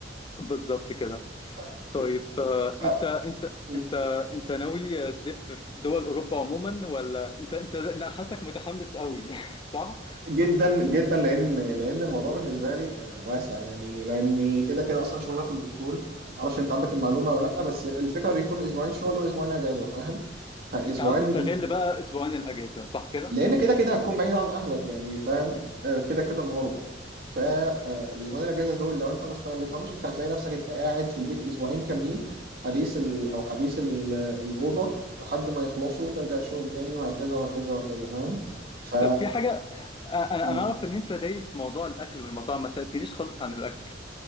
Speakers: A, on the left; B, on the right.
A: بالظبط كده
B: اه
A: طيب آه،
B: ف
A: انت انت
B: مم.
A: انت انت ناوي تلف في دول اوروبا عموما ولا انت انت انا حاسسك متحمس قوي <laughs> صح
B: جدا جدا لان لان الموضوع بالنسبه لي آه، واسع يعني لاني كده كده اصلا شغلنا في البترول معرفش انت عندك المعلومه ولا لا بس الفكره بيكون اسبوعين شغل واسبوعين اجازه فاهم فاسبوعين
A: انت عاوز تستغل بقى اسبوعين الاجازه صح كده
B: لان كده كده هتكون بعيد عن اهلك يعني فاهم
A: مم.
B: آه، كده كده في غربه فالاسبوعين الاجازه دول لو انت ما استغلتهمش انت هتلاقي نفسك انت قاعد في البيت اسبوعين كاملين حديث ال... او حبيس ال... الاوضه لحد ما يخلصوا وترجع الشغل تاني وهكذا وهكذا وهكذا فاهم ف
A: طب في حاجه آه، انا
B: مم.
A: انا اعرف ان انت دايس في موضوع الاكل والمطاعم ما سالتنيش خالص عن الاكل